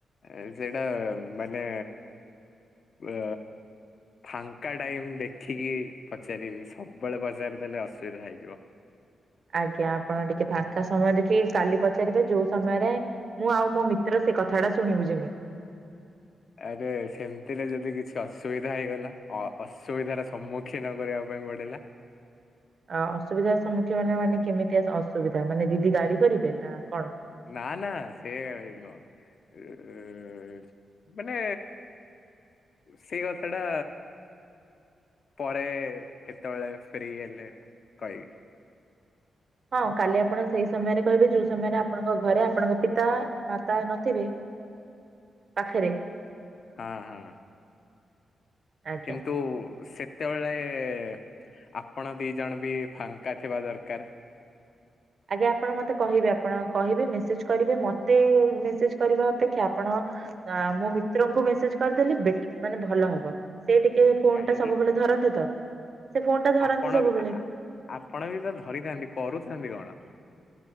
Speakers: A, on the left; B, on the right.
A: ଏ ସେଇଟା ମାନେ ଅ ଫାଙ୍କା ଟାଇମ ଦେଖିକି ପଚାରିବି ସବୁବେଳେ ପଚାରିଦେଲେ ଅସୁବିଧା ହେଇଯିବ।
B: ଆଜ୍ଞା ଆପଣ ଟିକେ ଫାଙ୍କା ସମୟ ଦେଖିକି କାଲି ପଚାରିବେ ଯୋଉ ସମୟରେ ମୁଁ ଆଉ ମୋ ମିତ୍ର ସେ କଥାଟା ଶୁଣିବୁ ଯେମିତି।
A: ଆରେ ସେମିତିରେ ଯଦି କିଛି ଅସୁବିଧା ହେଇଗଲା ଅ-ଅସୁବିଧାର ସମ୍ମୁଖୀନ କରିବା ପାଇଁ ପଡିଲା।
B: ଆ ଅସୁବିଧାର ସମ୍ମୁଖୀନ ମାନେ କେମିତି ଅସୁବିଧା ମାନେ ଦିଦି ଗାଳି କରିବେ ନା କଣ?
A: ନା ନା ସେ ଗାଳି ନୁହଁ। ଏ ମାନେ ସେଇ କଥା ଟା ପରେ କେତେବେଳେ ଫ୍ରି ହେଲେ କହିବି।
B: ହଁ କାଲି ଆପଣ ସେଇ ସମୟରେ କହିବେ ଯୋଉ ସମୟରେ ଆପଣଙ୍କ ଘରେ ଆପଣଙ୍କ ପିତା, ମାତା ନଥିବେ। ପାଖରେ
A: ହଁ, ହଁ
B: ଆଜ୍ଞା।
A: କିନ୍ତୁ ସେ ସେତେବେଳେ ଯାଏ ଆପଣ ଦି ଜଣ ବି ଫାଙ୍କା ଥିବା ଦରକାର?
B: ଆଜ୍ଞା ଆପଣ ମତେ କହିବେ ଆପଣ କହିବେ ମେସେଜ କରିବେ ମତେ ମେସେଜ କରିବା ଅପେକ୍ଷା ଆପଣ ତ ଆମ ମିତ୍ରଙ୍କୁ ମେସେଜ କରିଦେଲି ବେ ମାନେ ଭଲ ହବ। ସେ ଟିକେ ଫୋନ
A: କାହିଁକି
B: ଟା ସବୁବେଳେ ଧରନ୍ତି ତ ସେ ଫୋନ ଟା ଧରନ୍ତି
A: ଆପଣ
B: ସବୁବେଳେ।
A: ବି ଆ- ଆ- ଆପଣ ବି ତ ଧରିଥାନ୍ତି କରୁଥାନ୍ତି କଣ?